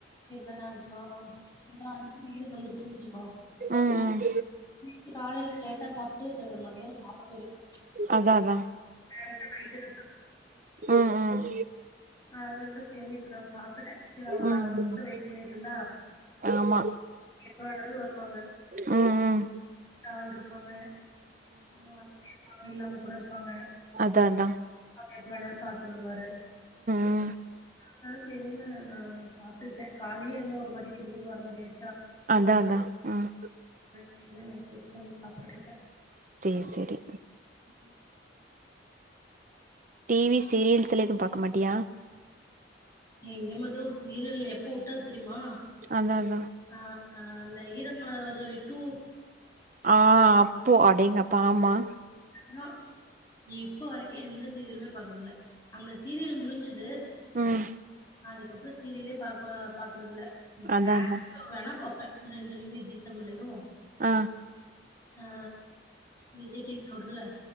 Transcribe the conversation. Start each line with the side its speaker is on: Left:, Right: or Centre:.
Left: அ அப்றோ ச் ஏதோ அடுத்து வீடு வந்துருச்சுன் வச்சுக்கோ
Right: உம் உம்
Left: நைட்டு காலையில லேட்டா சாப்ட்டு மதியோ சாப்டவே இல்ல ச்
Right: அதா அதா
Left: டாரெக்ட்டா நைட்டுக்கு
Right: ம் ம்
Left: அதுனால தா சேரின்னு இப்ப நா சாப்டுட்டேன் சரி அவர்
Right: ம்
Left: அவருக்கொசரம்
Right: ம்
Left: வெயிட் பண்ணிட்டு இருந்தா
Right: ஆமா
Left: எப்ப வேணாலு வரு அவுங்க
Right: உம் உம்
Left: ஆள் இருப்பாங்க எல்லாம் வந் இல்லாம கூட இருப்பாங்க
Right: அதா அதான்
Left: எப்ப வேணாலு பாத்து வருவாரு
Right: ம்
Left: அதான் சேரின்னு நா சாப்ட்டுக்கிட்டேன் காலேல என்னமோ ஒரு மாரி கிறுகிறுன்னு வர்ற மாரி ஆய்
Right: அதா அதான் உம்
Left: அதா குளிச்சுட்டு வந்து சாப்ட்டுட்டு இருக்கேன்
Right: சேர் செரி
Left: <unintelligible>
Right: டி வி சீரியல்ஸ்ல எதும் பாக்க மாட்டியா
Left: எங்கே மது சீரியல் எப்ப உட்டது தெரிமா
Right: அதா அ
Left: ஆ ஆ அந்த ஈரம் மான ரோஜாவே டூ
Right: ஆ அப்போ அ அடேங்கப்பா ஆமா
Left: இன்னோ இப்ப வரைக்கு எந்த சீரியலுமே பாக்குறதுல்ல அந்த சீரியல் முடுஞ்சது
Right: உம்
Left: அதுக்கப்றோ சீரியலே பாக்குவ பாக்குறதில்ல இந்த
Right: அதா
Left: டான்ஸ்
Right: அதா
Left: ஷோ வேணா பாப்பே ரெண்டுலயுமே ஜீ தமிழ்லயு
Right: ஆ
Left: ஆ விஜய் டீ வி ஓடுதுல